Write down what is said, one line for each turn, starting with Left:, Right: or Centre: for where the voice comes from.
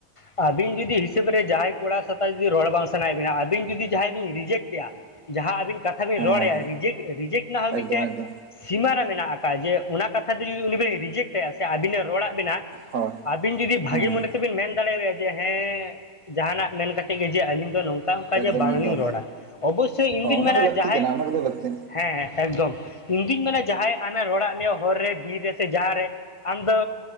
Left: ᱟᱹᱵᱤᱱ ᱡᱩᱫᱤ ᱦᱤᱥᱟᱹᱵ ᱨᱮ ᱡᱟᱦᱟᱸᱭ ᱠᱚᱲᱟ ᱥᱟᱛᱮ ᱡᱩᱫᱤ ᱨᱚᱲ ᱵᱟᱝ ᱥᱟᱱᱟᱭᱮᱫ ᱵᱤᱱᱟ ᱟᱹᱵᱤᱱ ᱡᱩᱫᱤ ᱡᱟᱦᱟᱭ ᱵᱤᱱ ᱨᱤᱡᱮᱠᱴ ᱮᱭᱟ ᱡᱟᱦᱟ ᱟᱹᱵᱤᱱ ᱠᱟᱛᱷᱟ ᱵᱤᱱ
Right: ᱦᱮᱸ
Left: ᱨᱚᱲ
Right: ᱦᱮᱸ
Left: ᱮᱜᱼᱟ
Right: ᱦᱮᱸ
Left: ᱨᱤᱡᱮᱠᱴ ᱨᱤᱡᱮᱠᱴ ᱨᱮᱱᱟᱜ ᱦᱚᱸ
Right: ᱮᱠᱫᱚᱢ
Left: ᱢᱤᱫᱴᱮᱜ
Right: ᱮᱠᱫᱚᱢ
Left: ᱥᱤᱢᱟ ᱨᱮ ᱢᱮᱱᱟᱜ ᱠᱟᱜ-ᱟ ᱡᱮ ᱚᱱᱟ ᱠᱟᱛᱷᱟ ᱛᱮ ᱡᱩᱫᱤ ᱩᱱᱤ ᱵᱤᱱ ᱨᱤᱡᱮᱠᱴᱮᱭᱟ ᱥᱮ ᱟᱹᱵᱤᱱᱮ ᱨᱚᱲ ᱟᱜ ᱵᱤᱱᱟ
Right: ᱦᱳᱭ
Left: ᱟᱹᱵᱤᱱ ᱡᱩᱫᱤ ᱵᱷᱟᱜᱤ
Right: ᱦᱮᱸ
Left: ᱢᱚᱱᱮ ᱛᱮᱵᱤᱱ ᱢᱮᱱ ᱫᱟᱲᱮᱣᱟᱭᱟ ᱡᱮ ᱦᱮᱸ ᱡᱟᱦᱟᱱᱟᱜ ᱢᱮᱱ ᱠᱟᱛᱮ ᱜᱮ ᱡᱮ ᱟᱹᱞᱤᱧ ᱫᱚ ᱱᱚᱝᱠᱟ ᱱᱚᱝ ᱚᱝᱠᱟ
Right: ᱮᱠᱫᱚᱢ
Left: ᱡᱮ ᱵᱟᱝᱞᱤᱧ
Right: ᱮᱠᱫᱚᱢ
Left: ᱨᱚᱲᱟ ᱚᱵᱚᱥᱥᱳᱭ ᱤᱧᱫᱩᱧ
Right: ᱦᱳᱭ ᱚᱱᱟ
Left: ᱢᱮᱱᱟ
Right: ᱫᱚ ᱞᱟᱹᱠᱛᱤ
Left: ᱡᱟᱦᱟᱸᱭ,
Right: ᱠᱟᱱᱟ ᱚᱱᱟ ᱠᱚᱫᱚ ᱞᱟᱹᱠᱛᱤ
Left: ᱦᱮᱸ ᱦᱮᱸ ᱮᱠᱫᱚᱢ ᱤᱧᱫᱩᱧ ᱢᱮᱱᱟ ᱡᱟᱦᱟᱸᱭ ᱟᱢᱮ ᱨᱚᱲᱟᱜ ᱢᱮᱭᱟ ᱦᱚᱨ ᱨᱮ ᱵᱤᱨ ᱨᱮ ᱥᱮ ᱡᱟᱦᱟ ᱨᱮ ᱟᱢ ᱫᱚ